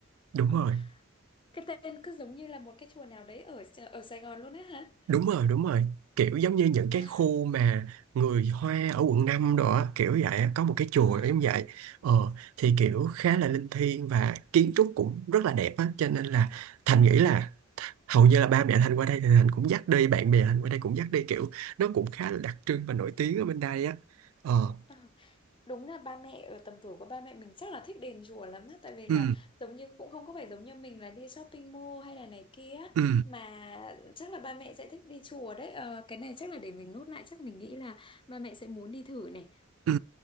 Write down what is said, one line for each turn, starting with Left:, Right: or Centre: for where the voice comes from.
Right: Đúng
Left: ờ,
Right: rồi.
Left: cái tên cứ giống như là một cái chùa nào đấy ở ở Sài Gòn luôn á hả?
Right: đúng rồi đúng rồi kiểu giống như những cái
Left: À,
Right: khu mà người Hoa ở quận 5 đó á, kiểu vậy á, có một cái chùa
Left: à,
Right: giống vậy ờ thì kiểu
Left: à,
Right: khá là linh thiêng và kiến trúc cũng rất là đẹp á cho nên là Thành nghĩ là hầu như là ba mẹ Thành qua đây thì Thành cũng dắt đi bạn bè Thành qua đây cũng dắt đi kiểu nó cũng khá là đặc trưng và nổi tiếng ở bên đây á ờ
Left: à, à. Đúng là ba mẹ ở tầm tuổi của ba mẹ mình chắc là thích đền chùa lắm á tại vì là
Right: ừ
Left: giống như cũng không có phải giống như mình là đi shopping mall hay là này kia á,
Right: ừ
Left: mà chắc là ba mẹ sẽ thích đi chùa đấy Ờ, cái này chắc là để mình nốt lại chắc mình nghĩ là ba mẹ sẽ muốn đi thử này
Right: Ừ.